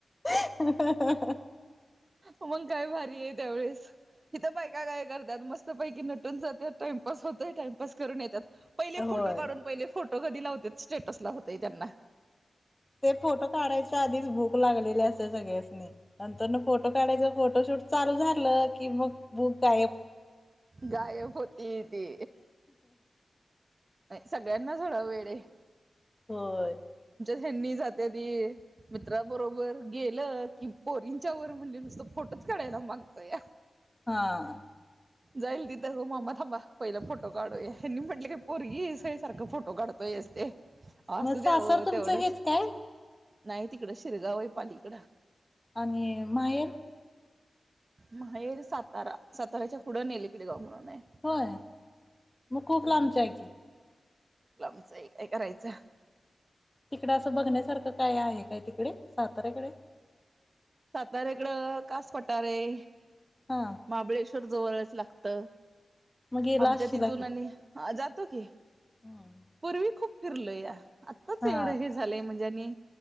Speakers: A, on the left; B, on the right.
A: <inaudible>
B: मग काय भारी आहे त्यावेळेस इथं बायका काय करत्यात मस्त पैकी नटून जात्यात टाइमपास होतंय टाइमपास करून येत्यात पहिले
A: होय
B: फोटो काढून पहिले फोटो फोटो कधी लावत्यात हुतय स्टेटस ला हुतय त्यांना.
A: ते फोटो काढायच्या आधीच भूक लागलेली अस सगळ्यासनी नंतरन फोटो काढायचा फोटोशूट चालू झालं की मग भूक गायब.
B: गाय पतीती सगळ्यांना झाडव वेड हाय.
A: होय.
B: ह्यांनी जात्याती मित्राबरोबर गेलं की पोरींच्या वर म्हणले नुसत फोटो कडायला मागतया
A: <inaudible>
B: जाईल तिथं हो मा्मा थांबा पहिला फोटो काढूया ह्यांनी म्हटले का पोरगीसय सारखं फोटो काढतोय. असू
A: मग सासर
B: दे ओ
A: तुमचं
B: तेवढंच.
A: हेच काय?
B: नाही तिकडं शिरगाव आहे पालीकडं.
A: आणि माहेर?
B: माहेर सातारा सातार्याच्या पुढं नेल इकडे गाव म्हणून. आहे.
A: होय मग खूप लांबच्या आहे की.
B: लांबचय काय करायचं.
A: तिकड असं बघण्यासारखं काय आहे काय तिकडे साताऱ्याकडे.
B: साताऱ्याकड कास पटार आहे
A: हा.
B: महाबळेश्वर जवळच लागत.
A: मग गेला
B: आमच्या
A: असशीला
B: तिथून
A: की
B: आणि जातो की
A: हम्म.
B: पूर्वी खूप फिरलोया आत्ताच
A: हा
B: एवढं हे झालंय म्हणजे आणि